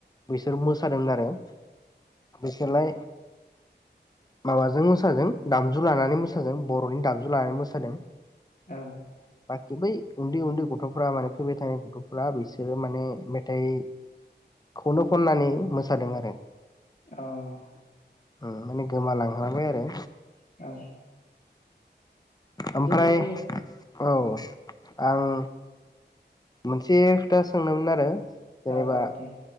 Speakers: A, on the left; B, on the left.
A: बैसोर मोसादोंमोन आरो बिसोरलाय माबाजों मोसादों दामजु लानानै मोसादों बर'नि दामजु लानानै मोसादों।
B: औ
A: बाखि बै उन्दै उन्दै गथफ्रा माने फैबाय थानाय गथफ्रा बिसोरो माने मेथाइखौनो खननानै मोसादों आरो
B: औ
A: ओम माने गोमालांहांबाय आरो
B: औ
A: ओमफ्राय
B: जोंनि
A: औ आं मोनसे खोथा सोंनोमोन आरो जेनेबा
B: औ औ दे ।